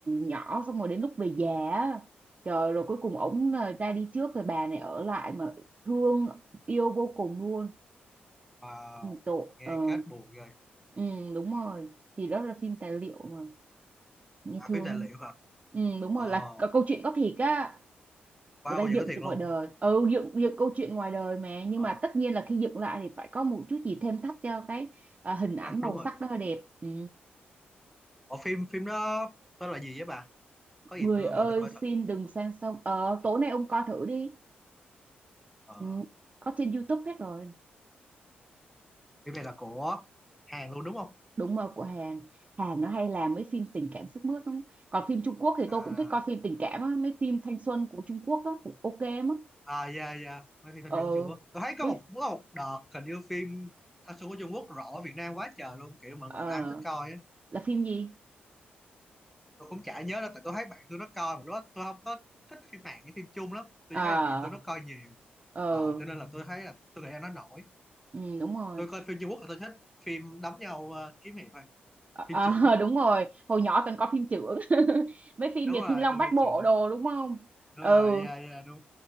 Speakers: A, on the right (about 35°); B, in the centre.
A: nhỏ xong rồi đến lúc về già á. trời rồi cuối cùng ổng là ra đi trước rồi bà này ở lại mà thương yêu vô cùng luôn
B: Wow.
A: tội
B: Nghe
A: ờ
B: kết buồn rồi.
A: ừ đúng rồi thì đó là phim tài liệu mà nghe
B: À,
A: thương
B: phim tài
A: lắm
B: liệu hả?
A: ừ, đúng
B: Ồ,
A: rồi là có câu chuyện có thiệt á
B: wow,
A: người ta
B: coi
A: dựng
B: những cái
A: từ
B: thiệt
A: ngoài
B: luôn.
A: đời ừ dựng dựng câu chuyện ngoài đời mà nhưng
B: Ờ.
A: mà tất nhiên là khi dựng lại thì phải có một chút gì thêm thắt cho cái à, hình ảnh
B: Đó,
A: màu
B: đúng rồi
A: sắc
B: đúng
A: đó
B: rồi
A: hơi đẹp ừ.
B: Ở phim phim đó tên là gì vậy bà có gì
A: người
B: tôi
A: ơi
B: về tôi coi thử
A: xin đừng sang sông ờ tối nay ông coi thử đi
B: ờ,
A: ừ. có trên YouTube hết rồi
B: phim này là của Hàn luôn đúng không
A: đúng rồi của Hàn Hàn nó hay làm mấy phim tình cảm sức mướt lắm còn phim Trung Quốc thì
B: à
A: tôi cũng thích coi phim tình cảm á mấy phim thanh xuân của Trung Quốc á cũng ok lắm á
B: à dạ dạ mấy phim thanh
A: ờ
B: xuân của Trung Quốc tôi thấy
A: biết
B: có một có một đợt hình như phim thanh xuân của Trung Quốc rõ Việt Nam quá trời luôn kiểu mọi
A: ờ
B: người ai cũng thích coi á
A: là phim gì
B: tôi cũng chả nhớ đâu tại tôi thấy bạn tôi nó coi mà lúc đó tôi không có thích phim Hàn với phim Trung lắm
A: ờ
B: tôi chỉ thấy là bạn tôi nó coi nhiều
A: ờ
B: Ờ, cho nên là tôi thấy là tôi nghĩ là nó nổi
A: ừ, đúng rồi
B: tôi coi phim Trung Quốc là tôi thích phim đấm nhau ờ, kiếm hiệp thôi
A: ờ
B: phim
A: ờ,
B: trưởng
A: <laughs> đúng rồi hồi nhỏ từng có phim chưởng <laughs> mấy phim
B: đúng
A: Việt
B: rồi
A: Thiên Long
B: coi
A: Bát
B: phim
A: Bộ
B: trưởng
A: đồ đúng không
B: đúng
A: ừ
B: rồi dạ dạ đúng